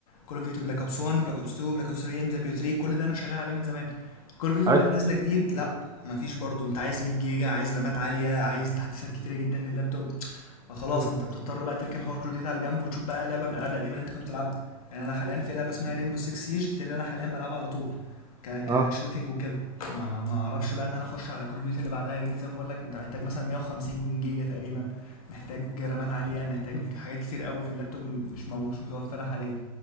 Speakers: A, on the left; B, on the right.
A: كول اوف ديوتي بلاك اوبس 1 بلاك اوبس 2 بلاك اوبس 3 ام دبليو 3 كل ده انا شغال عليه من زمان كول اوف ديوتي
B: حلو
A: بقى اللي نازله جديد لا مفيش برضو انت عايز 100 جيجا عايز رامات عاليه عايز تحديثات كتيره جدا لللابتوب فخلاص
B: مم.
A: انت بتضطر بقى تركن حوار كل ديتا على جنب وتشوف بقى لعبه من الالعاب القديمه اللي انت كنت بتلعبها يعني انا حاليا في لعبه اسمها ريمبو 6 سيج دي اللي انا حاليا بلعبها على طول ك كشوتينج
B: اه
A: وكده ما ما اعرفش بقى ان انا اخش على كل ديوتي اللي بعدها لان زي ما بقول لك انت محتاج مثلا 150 جيجا تقريبا محتاج رامات عاليه محتاج حاجات كتير قوي في اللابتوب مش مو مش متوفره حاليا